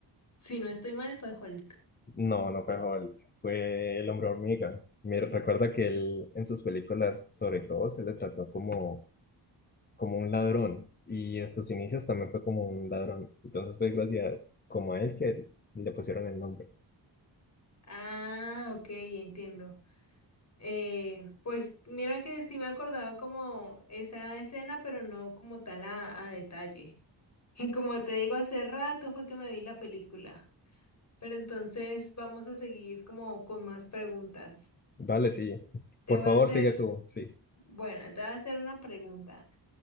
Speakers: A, on the left; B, on the left.
A: Si no estoy mal, fue Hulk.
B: No, no fue Hulk, fue el hombre hormiga. Me recuerda que él en sus películas, sobre todo, se le trató como, como un ladrón y en sus inicios también fue como un ladrón. Entonces fue gracias como a él que le pusieron el nombre.
A: Ah, ok, entiendo. Eh, pues mira que sí me acordaba como esa escena, pero no como tal a, a detalle. <laughs> Como te digo, hace rato fue que me vi la película. Pero entonces vamos a seguir como con más preguntas.
B: Dale, sí.
A: Te
B: Por
A: voy
B: favor,
A: a hacer,
B: sigue tú, sí.
A: bueno, te voy a hacer una pregunta.